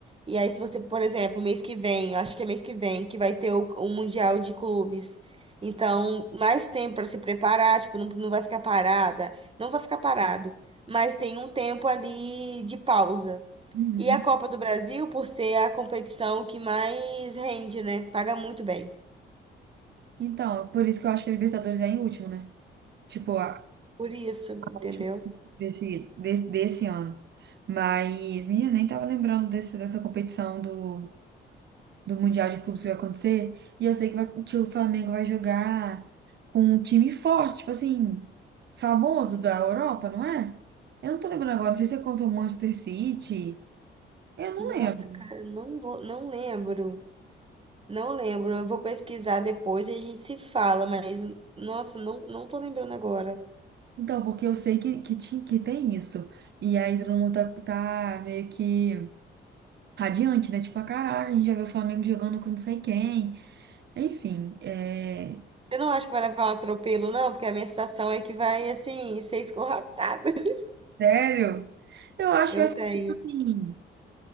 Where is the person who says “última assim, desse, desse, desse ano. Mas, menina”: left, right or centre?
Right